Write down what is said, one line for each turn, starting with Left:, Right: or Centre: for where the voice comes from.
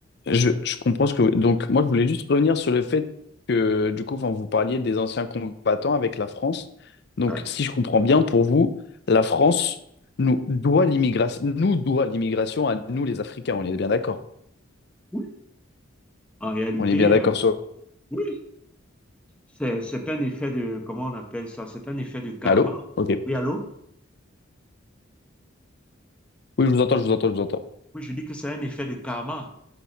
Left: je, je comprends ce que... Donc, moi, je voulais juste revenir sur le fait que, du coup, enfin, vous parliez des anciens combattants avec la France. Donc,
Centre: Ouais.
Left: si je comprends bien, pour vous, la France nous doit l'immigration, nous doit l'immigration à nous, les Africains. On est bien d'accord.
Centre: Oui, en réalité,
Left: On est bien d'accord
Centre: euh,
Left: sur...
Centre: oui, c'est, c'est un effet de, comment on appelle ça? C'est un effet de karma.
Left: Allô? Ok.
Centre: Oui, allô?
Left: Oui, je vous entends, je vous entends, je vous entends.
Centre: Oui, je dis que c'est un effet de karma.